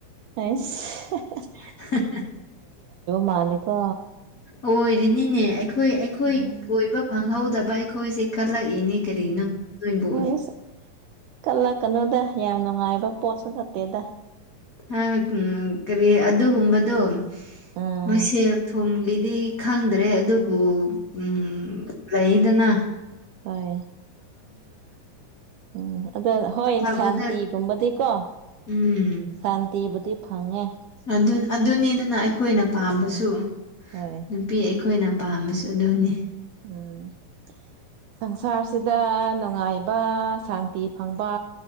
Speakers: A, on the right; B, on the left.
A: ꯍꯩꯁ ꯍꯥ
B: <unintelligible>
A: ꯃꯥꯜꯂꯦꯀꯣ
B: ꯑꯣꯏꯔꯤꯅꯤꯅꯦ ꯑꯩꯈꯣꯏ ꯑꯩꯈꯣꯏ
A: ꯎꯝ
B: ꯀꯣꯏ ꯐꯪꯍꯧꯗꯕ ꯑꯩꯈꯣꯏꯖꯦ ꯈꯜꯂꯛꯏꯅꯤ ꯀꯔꯤꯅꯣ ꯅꯣꯏꯕꯨ
A: ꯑꯁ ꯀꯜꯂꯛꯀꯅꯣꯗ ꯌꯥꯝ ꯅꯨꯡꯉꯥꯏꯕ ꯄꯣꯠꯁꯨ ꯅꯠꯇꯦꯗ
B: ꯍꯥ ꯎꯝ ꯀꯔꯤ ꯑꯗꯨꯒꯨꯝꯕꯗꯣ
A: ꯎꯝ
B: ꯃꯁꯦꯜ ꯊꯨꯝꯒꯤꯗꯤ ꯈꯪꯗ꯭ꯔꯦ ꯑꯗꯨꯕꯨ ꯎꯝ ꯂꯩꯏꯗꯅ
A: ꯍꯣꯏ ꯎꯝ ꯑꯗꯣ ꯍꯣꯏ
B: ꯑꯐꯕꯗ
A: ꯁꯥꯟꯇꯤ ꯇꯨꯝꯕꯗꯤ ꯀꯣ
B: ꯎꯝ
A: ꯁꯥꯟꯇꯤꯕꯨꯗꯤ ꯐꯪꯉꯦ
B: ꯑꯗꯨꯟ ꯑꯗꯨꯅꯤꯗꯅ ꯑꯩꯈꯣꯏꯅ ꯄꯥꯝꯕꯁꯨ
A: ꯎꯝ ꯍꯣꯏ
B: ꯅꯨꯄꯤ ꯑꯩꯈꯣꯏꯅ ꯄꯥꯝꯕꯁꯨ ꯑꯗꯨꯅꯤ
A: ꯎꯝ ꯁꯪꯁꯥꯔꯁꯤꯗ ꯅꯨꯡꯉꯥꯏꯕ ꯁꯥꯟꯇꯤ ꯐꯪꯕ